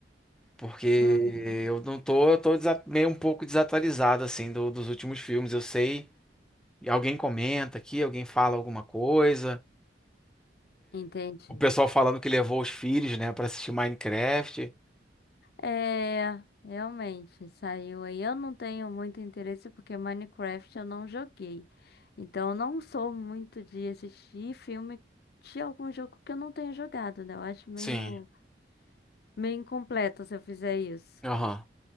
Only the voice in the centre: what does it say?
porque
eu não tô, eu tô desa- meio um pouco desatualizado, assim, do- dos últimos filmes. Eu sei, alguém comenta aqui, alguém fala alguma coisa.
O pessoal falando que levou os filhos, né, pra assistir Minecraft.
Sim.
Aham.